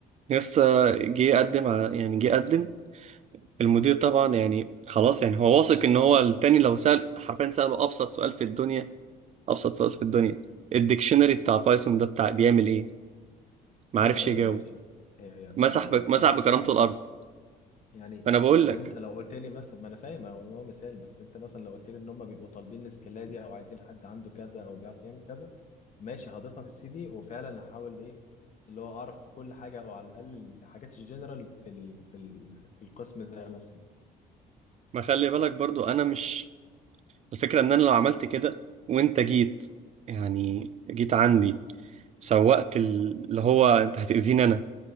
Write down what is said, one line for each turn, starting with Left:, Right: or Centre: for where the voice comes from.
Right: يس جه قدم على يعني جه قدم المدير طبعا يعني خلاص يعني هو واثق ان هو التاني لو سأل حرفيا سأله ابسط سؤال في الدنيا ابسط سؤال في الدنيا الديكشنري بتاع بايثون ده بتاع بيعمل ايه ما
Left: ايوه
Right: عرفش
Left: ايوه
Right: يجاوب
Left: ماشي هي يعني
Right: مسح
Left: يعني
Right: بك
Left: بس
Right: مسح
Left: انا ماليش
Right: بكرامته
Left: دعوه
Right: الارض
Left: يعني
Right: فانا بقول
Left: يعني
Right: لك
Left: انت لو قلت لي مثلا ما انا فاهم هو إن هو مثال بس انت مثلا لو قلت لي ان هم بيبقوا طالبين السكيلات دي او عايزين حد عنده كذا او بيعرف يعمل كذا ماشي هضيفها في السي في وفعلا هحاول ايه اللي هو اعرف كل حاجه او على الاقل الحاجات الجنرال في ال في ال في القسم ده مثلا
Right: ما خلي بالك برضو انا مش الفكرة ان انا لو عملت كده وانت جيت يعني جيت عندي سوقت ال- اللي هو انت هتأذيني انا